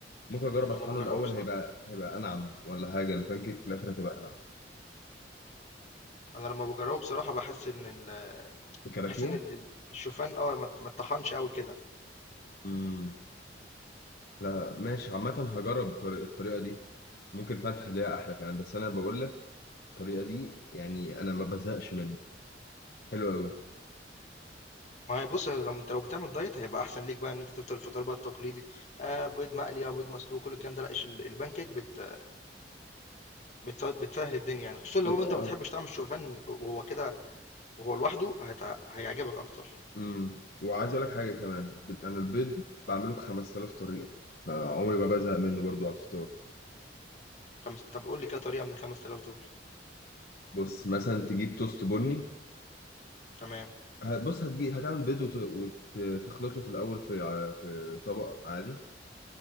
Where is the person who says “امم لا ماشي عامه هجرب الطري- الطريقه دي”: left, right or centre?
Left